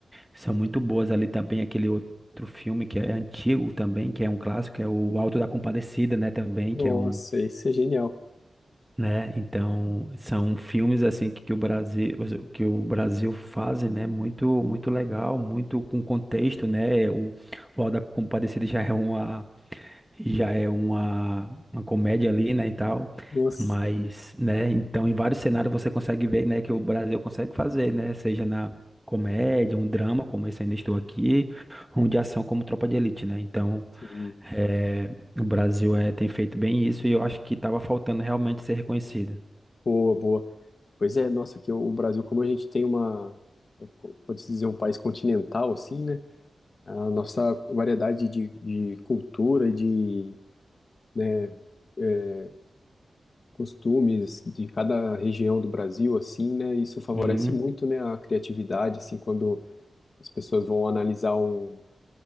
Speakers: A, in the centre; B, on the left (about 45°).
A: são muito boas. Ali também aquele outro outro filme que é antigo também, que é um clássico, que é o Alto da Compadecida, né, também,
B: Nossa,
A: que é um
B: isso é genial.
A: né? Então, são filmes assim que o Brasil que o Brasil fazem, né? Muito muito legal, muito com contexto, né? O, o Auto da Compadecida já é uma já é uma, uma comédia ali, né, e tal.
B: Nossa,
A: Mas, né, então em vários cenários você consegue ver, né, que o Brasil consegue fazer, né, seja na comédia, um drama, como esse Ainda Estou Aqui, um de ação como Tropa de Elite, né? Então,
B: sim.
A: é, o Brasil é, tem feito bem isso e eu acho que estava faltando realmente ser reconhecido.
B: Boa, boa. Pois é, nossa, que o Brasil, como a gente tem uma, pode-se dizer, um país continental, assim, né? A nossa variedade de, de cultura, de, né, é, costumes de cada região do Brasil, assim, né? Isso favorece
A: sim
B: muito, né, a criatividade, assim, quando as pessoas vão analisar um,